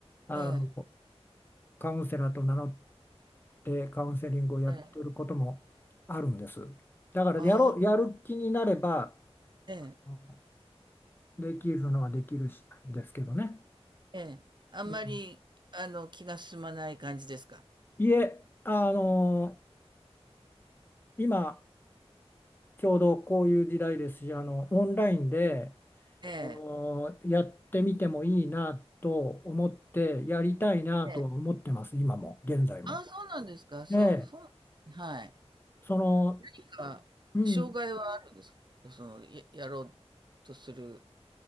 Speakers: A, on the left (about 20°); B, on the right (about 45°).
A: あの
B: ええ、
A: カウンセラーと名乗ってカウンセリングをやってることもあるんです。
B: ええ、
A: だからやろう、
B: ああ、
A: やる気になれば
B: ええ。
A: うんできるのはできるしですけどね。
B: ええ。あんまり、
A: うん、
B: あの、気が進まない感じですか？
A: いえ、あの今ちょうどこういう時代ですし、あのオンラインで
B: ええ、
A: そのやってみてもいいなと思ってやりたいなとは思ってます、
B: ええ。
A: 今も現在も。
B: ああ、そうなんですか。そう、
A: ええ
B: そうなんですね、はい。
A: その、
B: なんか、
A: うん、
B: 障害はあるんですか？その、ややろうとする